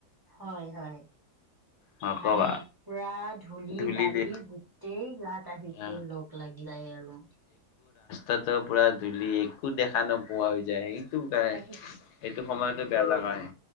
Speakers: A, on the right; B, on the left.
A: হয় হয়।
B: নকবা
A: মানে, পোৰা ধূলি
B: ধূলিতে।
A: বালি গোটেই গাত আহি
B: অ
A: লগ লাগি যায় আৰু
B: তাতোঢ় পোৰা ধূলি, একো দেখা নোপোৱা হৈ যায়। <unintelligible> গাই
A: তাকে
B: এইটো সময়তে বেয়া লগা আহে।